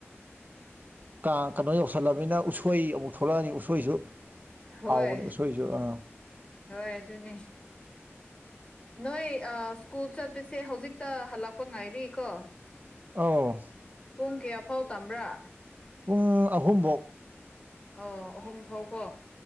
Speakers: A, on the right; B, on the left.
A: ꯀꯥꯡ ꯀꯩꯅꯣ ꯌꯧꯁꯜꯂꯕꯅꯤꯅ ꯎꯁꯣꯏ ꯑꯃꯨꯛ ꯊꯣꯛꯂꯛꯑꯅꯤ ꯎꯁꯣꯏꯁꯨ
B: ꯍꯣꯏ
A: ꯍꯥꯎꯕꯅꯤ ꯎꯁꯣꯏꯁꯨ ꯑꯥ
B: ꯍꯣꯏ ꯑꯗꯨꯅꯤ ꯅꯣꯏ ꯁ꯭ꯀꯨꯜ ꯆꯠꯄꯁꯦ ꯍꯧꯖꯤꯛꯇ ꯍꯜꯂꯛꯄ ꯉꯥꯏꯔꯤꯀꯣ
A: ꯑꯧ
B: ꯄꯨꯡ ꯀꯌꯥꯐꯥꯎ ꯇꯝꯕ꯭ꯔꯥ
A: ꯄꯨꯡ ꯑꯍꯨꯝꯕꯧ
B: ꯑꯣ ꯑꯍꯨꯝ ꯐꯥꯎꯀꯣ